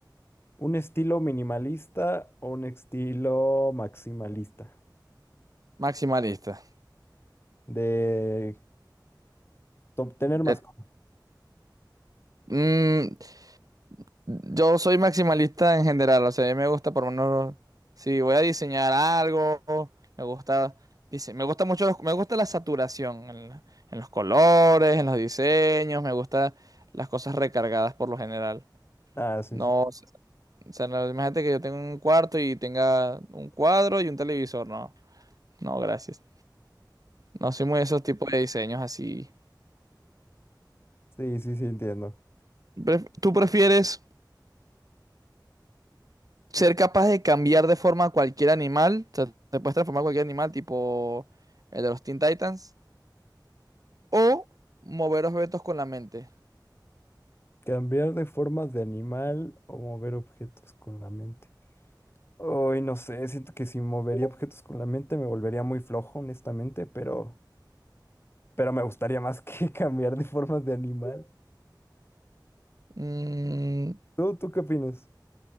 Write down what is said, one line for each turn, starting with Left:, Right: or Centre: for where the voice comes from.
Left: ¿un estilo minimalista o un estilo maximalista?
Right: maximalista.
Left: De to- tener
Right: De-
Left: más cosas.
Right: Mm, yo soy maximalista en general. O sea, a mí me gusta por lo menos. Si voy a diseñar algo, me gusta. dice, me gusta mucho. los- me gusta la saturación en, la- en los colores, en los diseños. Me gusta las cosas recargadas por lo general.
Left: Ah, sí,
Right: No,
Left: sí,
Right: o sea, no, imagínate que yo tengo un cuarto y tenga un cuadro y un televisor. No, no, gracias. No soy muy de esos tipos de diseños así.
Left: sí, sí, sí, entiendo.
Right: Pref- ¿Tú prefieres ser capaz de cambiar de forma a cualquier animal? O sea, te puedes transformar en cualquier animal, tipo el de los Teen Titans. O mover objetos con la mente.
Left: Cambiar de formas de animal o mover objetos con la mente. Hoy no sé, siento que si movería objetos con la mente me volvería muy flojo, honestamente, pero, pero me gustaría más que <laughs> cambiar de formas de animal.
Right: Mm,
Left: ¿Tú, tú qué opinas?